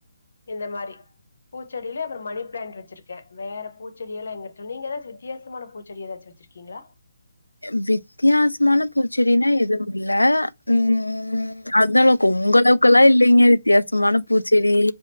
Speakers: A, on the left (about 60°); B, on the left (about 80°).
A: இந்த மாரி பூச்செடிலே அப்புற மணிப்ளேண்ட் வெச்சிருக்கே வேற பூச்செடியெல்லா எங்கிட்ட நீங்க ஏதாச்சு வித்தியாசமான பூச்செடி எதாச்சு வெச் இருக்கீங்ளா
B: எம் வித்யாஸ்மான பூச்செடினா எதுவும் இல்ல ம் ம் அந்தலவுக் உங் அளவுக்கலா இல்லிங்கே தியாசமான பூச்செடி